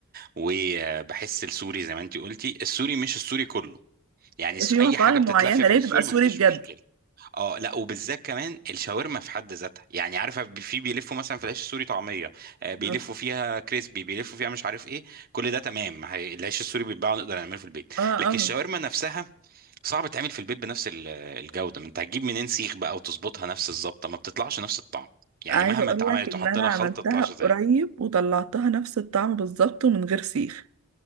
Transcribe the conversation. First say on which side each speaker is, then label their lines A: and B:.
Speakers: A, on the right; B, on the right.
A: وبحس السوري زي ما انتي قلتي السوري مش السوري كله يعني الس-
B: في
A: اي
B: مطاعم
A: حاجه بتتلف
B: معينة
A: في
B: ليه
A: عيش
B: تبقى
A: سوري
B: سوري
A: ما عنديش
B: بجد
A: مشكله اه لا وبالذات كمان الشاورما في حد ذاتها يعني عارفه بي- في بيلفوا مثلا في العيش السوري طعميه آه، بيلفوا
B: اه
A: فيها كريسبي بيلفوا فيها مش عارف ايه كل ده تمام هي- العيش السوري بيتباع ونقدر نعمله في البيت
B: اه
A: لكن الشاورما نفسها صعب تعمل في البيت بنفس ال- الجودة ما انت هتجيب منين سيخ بقى وتظبطها نفس الظبطة ما بتطلعش نفس الطعم يعني
B: عايزة
A: مهما
B: اقول
A: اتعملت
B: لك ان
A: وحط
B: انا
A: لها
B: عملتها
A: خلطة ما تطلعش زيها
B: قريب وطلعتها نفس الطعم بالظبط ومن غير سيخ